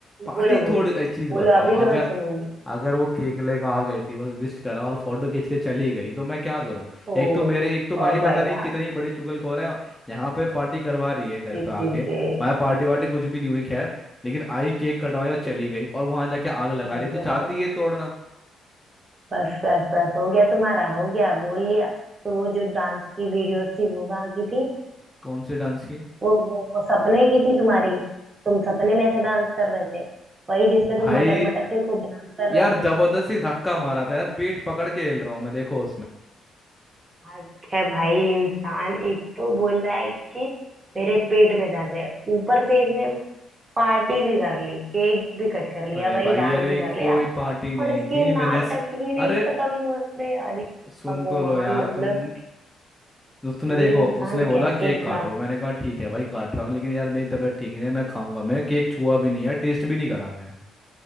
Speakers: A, in the centre; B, on the right (about 30°).
A: पार्टी
B: बोलो बोलो
A: थोड़ी एक चीज
B: बोलो
A: बताओ
B: अभी तो
A: अगर
B: मैं सुनूंगी
A: अगर वो केक लेकर आ गई थी बस विश करा और फोटो खींच के चली गई तो मैं क्या करूं
B: ओ
A: एक तो मेरे एक तो भाई
B: और
A: पता
B: भाई
A: नहीं
B: साहब
A: कितनी बड़ी चुगलखोर है यहाँ पे पार्टी करवा रही है घर
B: ते,
A: पे आके
B: ते, ते,
A: भाई पार्टी वार्टी कुछ भी नहीं हुई खैर लेकिन आई केक कटवाया और चली गई और वहां जाके आग लगा
B: बस
A: रही है, तो
B: बस
A: चाहती
B: बस
A: है तोड़ना
B: बस बस बस हो गया तुम्हारा हो गया बोल लिया तो वो जो डांस की वीडियोस थी वो कहाँ की थी
A: कौन से डांस की
B: वो वो वो सपने की थी तुम्हारी तुम सपने में ऐसे डांस कर रहे थे वही जिसपे
A: भाई
B: तुम मटक मटक के खूब डांस कर
A: यार
B: रहे थे
A: जबरदस्ती धक्का मारा था यार पेट पकड़ के हिल रहा हूँ मैं देखो उसमें
B: आज है भाई इंसान एक तो बोल रहा है कि मेरे पेट में दर्द है ऊपर से इसने पार्टी भी कर ली केक भी कट कर लिया
A: अरे
B: भाई
A: भाई
B: डांस
A: अरे
B: भी कर
A: कोई
B: लिया
A: पार्टी नहीं
B: और इसके
A: थी मैंने
B: नाटक
A: से-
B: ही नहीं
A: अरे
B: खत्म हुए हैं यार
A: सुन
B: भगवान
A: तो लो यार
B: मतलब
A: तुम उसने
B: कोई
A: देखो
B: इंसान
A: उसने बोला
B: कैसे
A: केक
B: इतना
A: काटो मैंने कहा ठीक है भाई काट रहा हूँ लेकिन यार मेरी तबीयत ठीक नहीं है मैं खाऊंगा मैं केक छुआ भी नहीं है टेस्ट भी नहीं करा मैंने